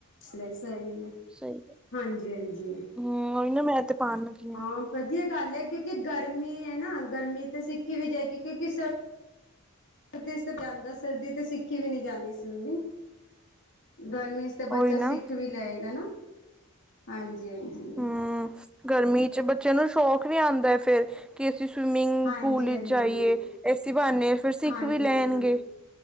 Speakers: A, on the left; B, in the centre.
A: ਸਹੀ ਆ
B: ਸਹੀ
A: ਹਾਂਜੀ ਹਾਂਜੀ।
B: ਹਮ ਉਹੀ ਨਾ ਮੈਂ ਤੇ ਪਾਉਣ ਲੱਗੀ
A: ਹਾਂ ਵਧੀਆ। ਹਾਲੇ ਕਿਉਂਕਿ ਗਰਮੀ ਹੈ ਨਾ, ਗਰਮੀ ਤੇ ਸਿੱਖੀ ਵੀ ਜਾਏਗੀ ਕਿਉਂਕਿ ਸਰਦੀ ਤੇ ਜਾਂਦਾ, ਸਰਦੀ ਤੇ ਸਿੱਖੀ ਵੀ ਨਹੀਂ ਜਾਂਦੀ ਸਵਿਮਿੰਗ। ਗਰਮੀ ਚ ਤਾਂ ਬੱਚਾ
B: ਉਹੀ ਨਾ
A: ਸਿੱਖ ਵੀ ਲਏਗਾ ਨਾ, ਹਾਂਜੀ ਹਾਂਜੀ।
B: ਹਮ ਗਰਮੀ ਬੱਚਿਆਂ ਨੂੰ ਸ਼ੌਕ ਵੀ ਆਉਂਦਾ ਹੈ ਫੇਰ ਕਿ ਅਸੀਂ ਸਵਿਮਿੰਗ
A: ਹਾਂਜੀ
B: ਪੂਲ ਵਿੱਚ
A: ਹਾਂਜੀ
B: ਜਾਈਏ, ਇਸੀ ਬਹਾਨੇ ਫਿਰ ਸਿੱਖ
A: ਹਾਂਜੀ
B: ਵੀ ਲੈਣਗੇ।
A: ਹਾਂਜੀ